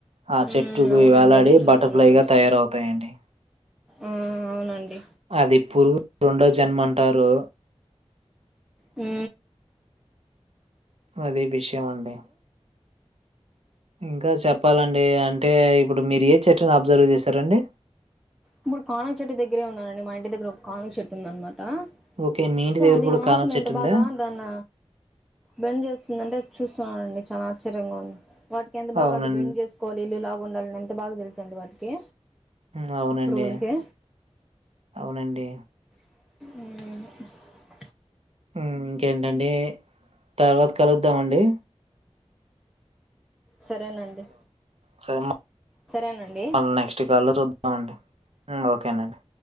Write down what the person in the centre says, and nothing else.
మ్మ్
అవునండి
అదే చూస్తున్నాను
ఊమ్ అవునండి
ఉ
ఇప్పుడు కానుగ చెట్టు దగ్గరే ఉన్నానండి మా ఇంటి దగ్గర ఒక కానుగ్ చెట్టు ఉందన్ మాట్ ట
సో
అది
ఆకుని
ఎంత బాగా దాన్న బెండ్ చేస్తుందంటే చూస్తున్నానండి చాలా ఆశ్చర్యంగా ఉంది వాటికి ఎంతా బాగా
అది బెండ్ జేసుకోవాలి ఇళ్లులావు ఉండాలని ఎంత బాగా తెలుసు అండి వాటికి
పురుగులకి
ఉహు
సరేనండి
సరేనండి